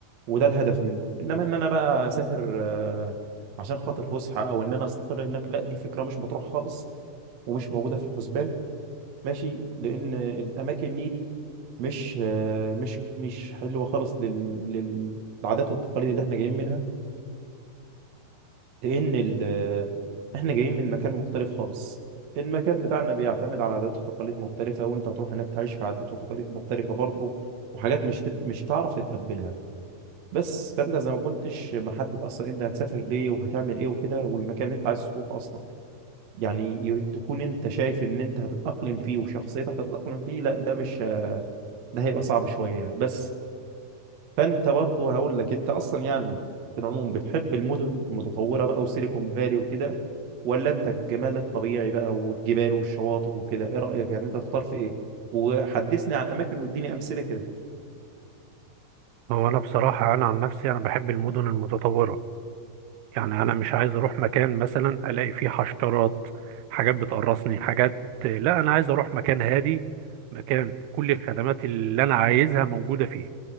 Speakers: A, on the right; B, on the right.
A: وده الهدف منه انما ان انا بقى اسافر آه، عشان خاطر فسحه او ان انا استقر هناك لا دي فكره مش مطروحه خالص ومش موجوده في الحسبان ماشي لان الاماكن دي دي مش آه، مش مش حلوه خالص لل... للعادات والتقاليد اللي احنا جايين منها لان ال- احنا جايين من مكان مختلف خالص المكان بتاعنا بيعتمد على عادات وتقاليد مختلفة وانت هتروح هناك تعيش في عادات وتقاليد مختلفة برضه وحاجات مش تب... مش هتعرف تتقبلها بس فانت زي ما كنتش محدد اصلا انت هتسافر ليه وهتعمل ايه وكده والمكان اللي انت عايز تروح اصلا يعني ي- تكون انت شايف ان انت هتتأقلم فيه وشخصيتك هتتأقلم فيه لا ده مش ده هيبقى صعب شوية بس فانت برضو هقول لك انت اصلا يعني في العموم بتحب المدن المتطوره بقى وسيليكون فالي وكده ولا انت الجمال الطبيعي بقى والجبال والشواطئ وكده ايه رايك يعني انت تختار في ايه وحدثني عن اماكن واديني امثله كده
B: هو انا بصراحة انا عن نفسي انا بحب المدن المتطورة يعني انا مش عايز اروح مكان مثلا الاقي فيه حشرات حاجات بتقرصني حاجات لا انا عايز اروح مكان هادي مكان كل الخدمات اللي انا عايزها موجودة فيه